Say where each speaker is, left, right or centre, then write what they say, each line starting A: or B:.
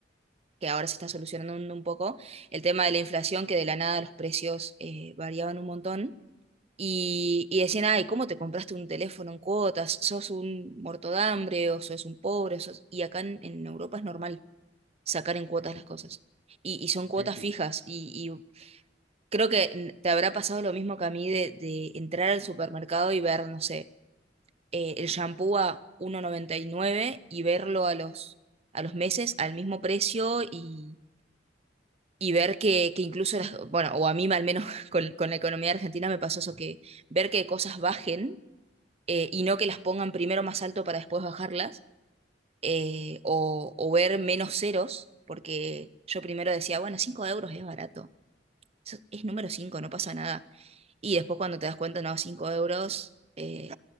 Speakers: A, on the right; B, on the right.
A: que ahora se está solucionando un, un poco, el tema de la inflación, que de la nada los precios eh, variaban un montón. Y, y decían, ay, ¿cómo te compraste un teléfono en cuotas? ¿Sos un muerto de hambre o sos un pobre? sos-". Y acá en, en Europa es normal sacar en cuotas
B: Sí,
A: las cosas. Y, y son cuotas
B: sí, sí,
A: fijas y, y Creo que te habrá pasado lo mismo que a mí de, de entrar al supermercado y ver, no sé, eh, el shampoo a 1,99 y nueve y verlo a los, a los meses al mismo precio y, y ver que, que incluso, las, bueno, o a mí al menos <laughs> con, con la economía argentina me pasó eso, que ver que cosas bajen eh, y no que las pongan primero más alto para después bajarlas, eh, o, o ver menos ceros, porque yo primero decía, bueno, 5 euros es barato eso es número 5 no pasa nada. Y después cuando te das cuenta, no, 5 euros eh,